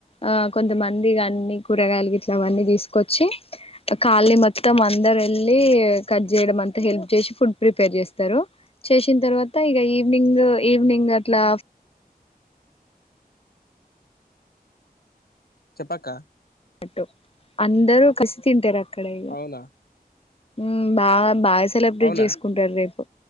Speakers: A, on the left; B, on the left.
A: ఆ కొంతమంది ఇగ అన్ని కూరగాయలు ఇట్లా అవన్నీ తీసుకొచ్చి కాల్ని మొత్తం అందరు వెళ్ళి కట్ చేయడం అం హెల్ప్ చేసి ఫుడ్ ప్రిపేర్ చేస్తారు చేసిన తర్వాత ఇగ ఈవినింగ్ ఈవినింగ్ అట్లా
B: చెప్పక్క
A: టు అందరు కలిసి తింటార క్కడ ఇగ
B: అవునా
A: హు బా బాయిస్ సెలబ్రేట్
B: అవునా
A: చేసుకుంటారు రేపు